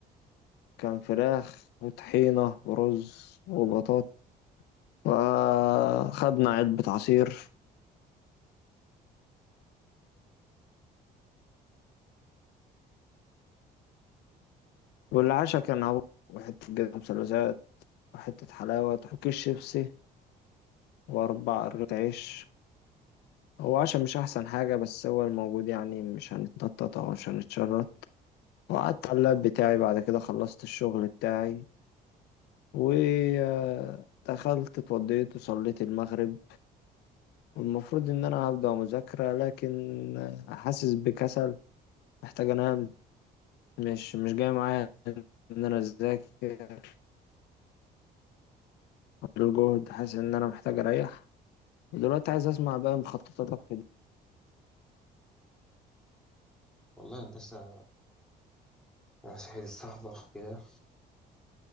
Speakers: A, on the left; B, in the centre.
A: كان فراخ وطحينه ورز وبطاطا وخدنا علبه عصير والعشاء كان عبوط وحته جبنه مثلثات وحته حلاوه وكيس شيبسي واربع رغيف عيش هو عشاء مش احسن حاجه بس هو الموجود يعني مش هنتنطط او مش هنتشرط وقعدت على اللاب بتاعي بعد كده خلصت الشغل بتاعي ودخلت اتوضيت وصليت المغرب والمفروض ان انا هبدأ مذاكرة لكن آه، حاسس بكسل محتاج انام مش مش جاي معايا ان انا اذاكر الجهد حاسس ان انا محتاج اريح ودلوقتي عايز اسمع بقى مخططاتك في-
B: والله يا هندسة أنا صحيت الساعة 11 كده